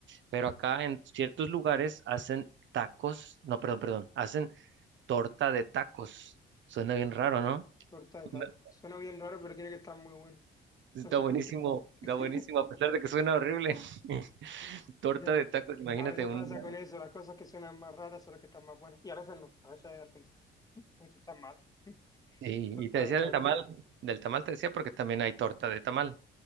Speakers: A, on the right (about 70°); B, on the left (about 20°).
A: Pero acá
B: Ah,
A: en ciertos lugares hacen tacos, no, perdón, perdón, hacen Torta de tacos. Suena bien raro, ¿no?
B: tor- Torta de taco
A: Una-
B: Suena bien raro, pero tiene que estar muy bueno.
A: Está
B: No sé
A: buenísimo,
B: por qué. <laughs>
A: está buenísimo, a pesar de que suena horrible. <laughs> Torta
B: Ya.
A: de tacos, imagínate
B: A veces
A: un...
B: pasa con eso, las cosas que suenan más raras son las que están más buenas. Y a veces no, a veces al contrario. A veces están mal. <laughs>
A: Y,
B: Tú estás
A: y te decía
B: de taco.
A: del tamal, del tamal te decía porque también hay torta de tamal,